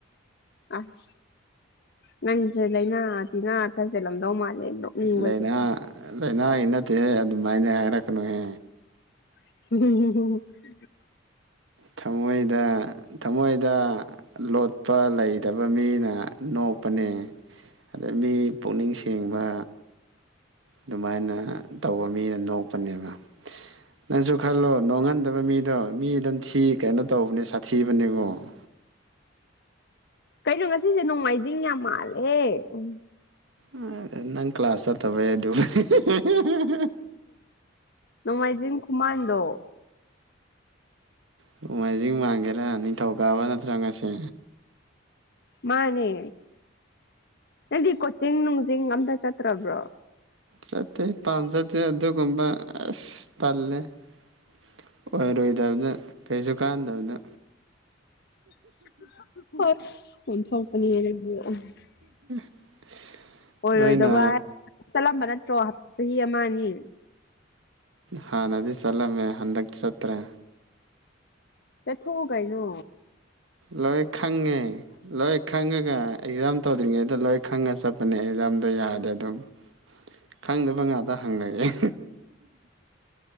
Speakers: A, on the left; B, on the right.
A: ꯑꯁ ꯅꯪꯁꯨ ꯂꯩꯅꯥ ꯇꯤꯅ ꯆꯪ ꯍꯦꯂꯝꯗꯨ ꯃꯥꯂꯦ ꯑꯩ ꯅꯣꯛꯅꯤꯡꯕꯒꯤ
B: ꯂꯥꯏꯅꯥ ꯂꯥꯏꯅꯥꯒꯤ ꯅꯠꯇꯦꯍꯦ ꯑꯗꯨꯃꯥꯏꯅ ꯍꯥꯏꯔꯛꯀꯅꯣꯍꯦ
A: <unintelligible>
B: ꯊꯝꯃꯣꯏꯗ ꯊꯝꯃꯣꯏꯗ ꯂꯣꯠꯄ ꯂꯩꯇꯕ ꯃꯤꯅ ꯅꯣꯛꯄꯅꯦ ꯑꯗ ꯃꯤ ꯄꯨꯛꯅꯤꯡ ꯁꯦꯡꯕ ꯑꯗꯨꯃꯥꯏꯅ ꯇꯧꯕ ꯃꯤꯅ ꯅꯣꯛꯄꯅꯦꯕ ꯅꯪꯁꯨ ꯈꯜꯂꯣ ꯅꯣꯡꯍꯟꯗꯕ ꯃꯤꯗꯣ ꯃꯤ ꯑꯗꯨꯝ ꯊꯤ ꯀꯩꯅꯣ ꯇꯧꯕꯅꯦ ꯁꯥꯊꯤꯕꯅꯦꯀꯣ <inaudible>
A: ꯀꯩꯅꯣ ꯉꯁꯤꯁꯦ ꯅꯣꯡꯃꯥꯏꯖꯤꯡ ꯌꯥꯝ ꯃꯥꯜꯂꯦ ꯎꯝ
B: ꯑꯥ ꯅꯪ ꯀ꯭ꯂꯥꯁ ꯆꯠ ꯇꯕꯩ ꯑꯗꯨ ꯍꯦꯍꯦꯍꯦ
A: ꯅꯣꯡꯃꯥꯏꯖꯤꯡ ꯈꯨꯃꯥꯟꯗꯣ
B: ꯅꯣꯡꯃꯥꯏꯖꯤꯡ ꯃꯥꯡꯒꯦꯔꯥ ꯅꯤꯡꯊꯧ ꯀꯥꯕ ꯅꯠꯇ꯭ꯔꯥ ꯉꯁꯤ
A: ꯃꯥꯅꯦ ꯅꯪꯗꯤ ꯀꯣꯆꯤꯡ ꯅꯨꯡꯖꯤꯡ ꯑꯝ ꯇ ꯆꯠꯇ꯭ꯔꯕ꯭ꯔꯣ
B: ꯆꯠꯇꯦ ꯄꯥꯝꯖꯗꯦ ꯑꯗꯨꯒꯨꯝꯕ ꯑꯁ ꯇꯜꯂꯦ ꯑꯣꯏꯔꯣꯏꯗꯕꯗ ꯀꯩꯁꯨ ꯀꯥꯟꯅꯗꯕꯗ
A: ꯑꯁ ꯑꯣꯟꯊꯣꯛꯄꯅꯤꯍꯦ ꯅꯪꯁꯨ
B: <inaudible>
A: ꯑꯣꯏꯔꯣꯏꯗꯕ
B: ꯅꯣꯏꯅ
A: ꯍꯥꯏ ꯆꯠꯂꯝꯕ ꯅꯠꯇ꯭ꯔꯣ ꯆꯍꯤ ꯑꯃ ꯑꯅꯤ
B: ꯍꯥꯟꯅꯗꯤ ꯆꯠꯂꯝꯃꯦ ꯍꯟꯗꯛ ꯆꯠꯇ꯭ꯔꯦ
A: ꯆꯠꯊꯣꯛꯑꯣ ꯀꯩꯅꯣ
B: ꯂꯣꯏ ꯈꯪꯉꯦ ꯂꯣꯏ ꯈꯪꯉꯒ ꯑꯦꯛꯖꯥꯝ ꯇꯧꯗ꯭ꯔꯤꯉꯩꯗ ꯂꯣꯏ ꯈꯪꯉꯒ ꯆꯠꯄꯅꯦ ꯑꯦꯛꯖꯥꯝꯗꯣ ꯌꯥꯗꯦ ꯑꯗꯨꯝ ꯈꯪꯗꯕ ꯉꯥꯛꯇ ꯍꯪꯂꯛꯑꯦ ꯑꯍꯤ ꯑꯍꯤ